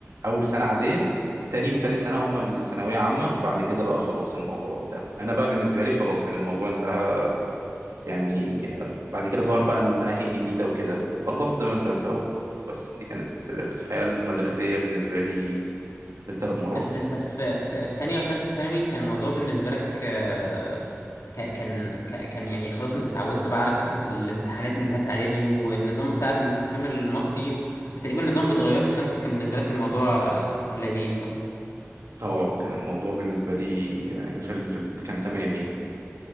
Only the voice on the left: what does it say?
بس انت في في, في تانية وتالتة ثانوي كان الموضوع بالنسبة لك آه، ك- كان ك- كان يعني خلاص انت اتعودت بقى على فكرة الامتحانات من تالتة اعدادي والنظام بتاع التقييم المصري و- وتقريبا النظام بيتغيرش فانت كان بالنسبة لك الموضوع آه، في اللذيذ صح؟